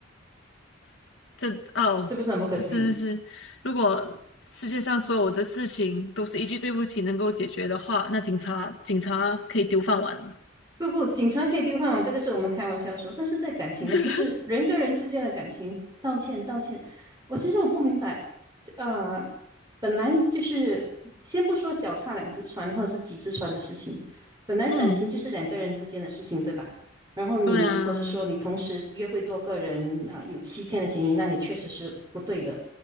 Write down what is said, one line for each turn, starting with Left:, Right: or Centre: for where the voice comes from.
Left: 这哦，
Right: 是不是很不可思议？
Left: 这真的是，如果世界上所有的事情都是一句对不起能够解决的话，那警察警察可以丢饭碗了，
Right: 不不，警察可以丢饭碗，这个是我们开玩笑说。但是在感情，
Left: <laughs> 真的。
Right: 就是人跟人之间的感情，道歉道歉。我其实我不明白，呃，本来就是先不说脚踏两只船或者是几只船的事情，本来感情就是两个人之间的事情，
Left: 嗯，
Right: 对吧？然后你如果是说你同时约会多个人啊，
Left: 对啊，
Right: 有欺骗的嫌疑，那你确实是不对的。